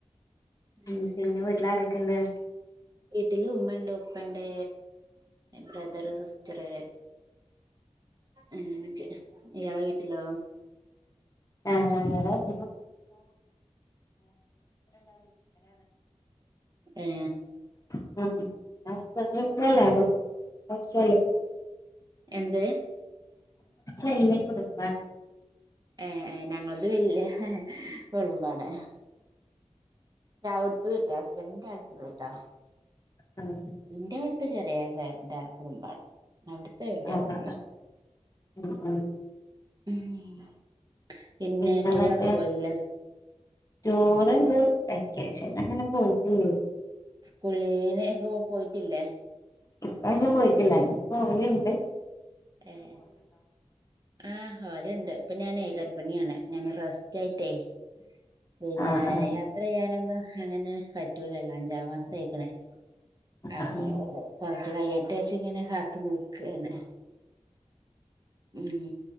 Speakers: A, on the left; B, on the right.
A: ഉ,
B: അങ്ങനൊക്കെ
A: പിന്നെ, വീട്ടിലാരൊക്കെ, ഇണ്ട്.
B: വീട്ടില്, ഉമ്മ, ഉണ്ട്, ഉപ്പണ്ട്, ബ്രദറ്, സിസ്റ്ററ് ആ, എക്ക്, ഇയാള, വീട്ടിലോ
A: ആ ഞങ്ങടെ
B: ഏ
A: <inaudible> <unintelligible> അത്, കുറച്ച്,
B: എന്ത്
A: വല്ലേ, കുടുംബ
B: ഏ, ഏ, ഞങ്ങളത്, വല്യ, വല്യ, കുടുംബണ് പക്ഷെ, അവിടുത്ത, കേട്ടാ, ഹസ്ബൻഡിന്റെ അടുത്ത, കേട്ടോ
A: ആഹ്
B: എന്റെ, വിടുത്തെ ചെറിയത കുടുംബണ്, അവിടുത്തെ, വലിയ
A: ആഹ്
B: കുടുംബ
A: ഉം, ഉം.
B: ഉം. പിന്നെ
A: <unintelligible>
B: ടൂറൊക്കെ പോയില്ലേ
A: ചോറ് <unintelligible> അങ്ങനെ <unintelligible>
B: സ്കൂൾ ലീവിന് പോയിട്ടില്ലേ
A: ഇപ്രാവശ്യം, പോയിട്ടില്ല, അല്ലെങ്കി പോവലിണ്ട്
B: ഏ, ആഹഹലുണ്ട്, ഇപ്പൊ, ഞാൻ ഏകർ ഭിണിയാണ്, ഞാൻ റെസ്റ്റ്, ആയിട്ടേ, പിന്നെ
A: ആഹ് ആഹ്
B: യാത്ര, ചെയ്യാനന്ന് അങ്ങനെ, പറ്റൂലല്ലോ, അഞ്ചാം മാസംയിക്കണേ, ആ
A: ആഹ്
B: കയ്യട്ടെച്ച്, ങ്ങനെ, കാത്ത് നിക്കാണ്, ഹ്മ്,